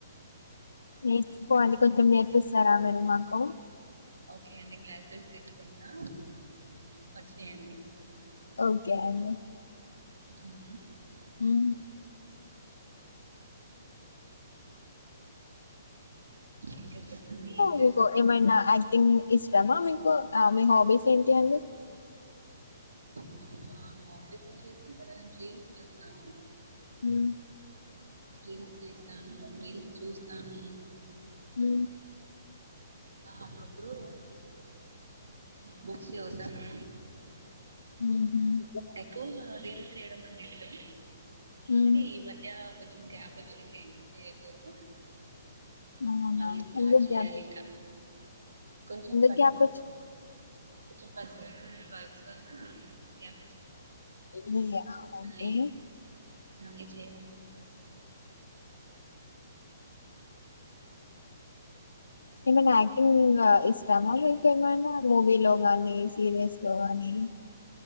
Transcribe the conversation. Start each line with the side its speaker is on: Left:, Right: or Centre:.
Left: నేర్చిపోవాలి కొంచెం నేర్పిస్తారా మీరు మాకు హ
Right: ఓకే అండి క్లాసెస్ తీసుకున్నా వచ్చయండి
Left: ఓకే అండి
Right: మ్మ్.
Left: అ
Right: ఇంకా చెప్పండి ఏం చేస్తున్నారు
Left: మీకు ఏమైనా యాక్టింగ్ ఇష్టమా ఆ మీ హాబీస్ ఏంటి అండి
Right: నా హాబీస్ వచ్చేసి రీల్స్ చూస్తాను
Left: ఉం
Right: రీల్స్ చేస్తాను రీల్స్ చూస్తాను
Left: హ
Right: అప్పుడప్పుడు బుక్స్ చదువుతాను
Left: హు హామ్
Right: ఎక్కువ రీల్స్ చేయడం అంటే ఇష్టం
Left: మ్మ్.
Right: కానీ ఈ మధ్య కొంచం గ్యాప్ వచ్చింది చేయలేదు
Left: అవునా
Right: మళ్ళీ స్టార్ట్
Left: ఎందుకు
Right: చేయాలి
Left: గ్యాప్
Right: ఇంకా కొంచెం
Left: ఎందుకు
Right: పచ్చ
Left: గ్యాప్
Right: కొంచెం పచ్చ దానివల్ల గ్యాప్
Left: లే
Right: సో
Left: ఓకే
Right: మళ్ళీ మళ్ళీ చేయ్యాలి ఇంకా
Left: ఏమ ఇంకా ఇష్టామా ఇంకేమైనా మూవీలో గానీ సీరియల్స్ లో గానీ